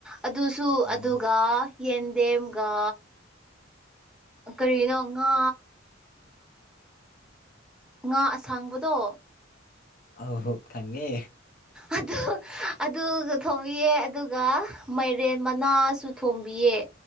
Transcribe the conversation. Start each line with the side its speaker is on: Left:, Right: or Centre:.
Centre: ꯑꯗꯨꯁꯨ
Left: ꯑꯣ
Centre: ꯑꯗꯨꯒ ꯌꯦꯟꯗꯦꯝꯒ ꯀꯔꯤꯅꯣ ꯉꯥ ꯉꯥ ꯑꯁꯥꯡꯕꯗꯣ
Left: ꯑꯩ ꯈꯪꯏ
Centre: ꯑꯗ ꯑꯗꯨꯒ ꯊꯣꯡꯝꯕꯤꯌꯦꯦ ꯑꯗꯨꯒ ꯃꯥꯏꯔꯦꯟ ꯃꯅꯥꯁꯨ ꯊꯣꯡꯝꯕꯤꯌꯦ